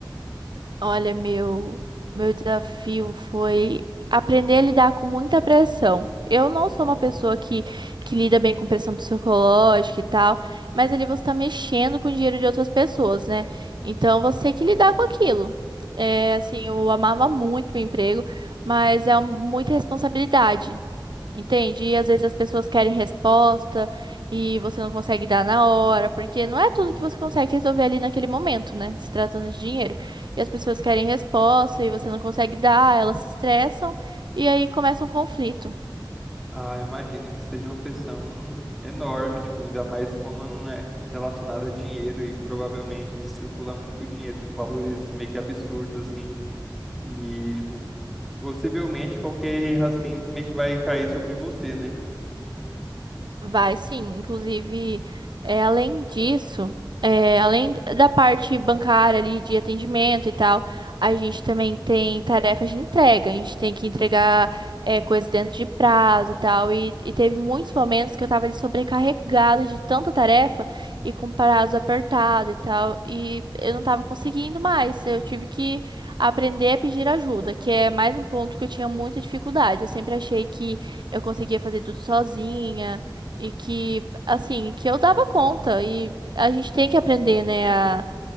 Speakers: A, on the right; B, in the centre.
A: Olha, meu, meu desafio foi aprender a lidar com muita pressão. Eu não sou uma pessoa que, que lida bem com pressão psicológica e tal, mas ali você tá mexendo com o dinheiro de outras pessoas, né? Então você tem que lidar com aquilo. É, assim, eu amava muito meu emprego, mas é um- muita responsabilidade. Entende? E às vezes as pessoas querem resposta e você não consegue dar na hora, porque não é tudo que você consegue resolver ali naquele momento, né? Se tratando de dinheiro. E as pessoas querem resposta e você não consegue dar, elas se estressam e aí começa um conflito.
B: Ah, eu imagino que seja uma pressão enorme, tipo, ainda mais quando não é relacionada a dinheiro e provavelmente se circula muito dinheiro, tipo, valores meio que absurdos, assim, e, tipo, possivelmente qualquer erro, assim, meio que vai cair sobre você, né?
A: Vai, sim. Inclusive, é, além disso, é, além da parte bancária ali de atendimento e tal, a gente também tem tarefas de entrega. A gente tem que entregar é, coisas dentro de prazo e tal. E, e teve muitos momentos que eu tava ali sobrecarregada de tanta tarefa e com prazo apertado e tal. E eu não tava conseguindo mais. Eu tive que aprender a pedir ajuda, que é mais um ponto que eu tinha muita dificuldade. Eu sempre achei que eu conseguia fazer tudo sozinha e que, assim, que eu dava conta. E a gente tem que aprender, né, a,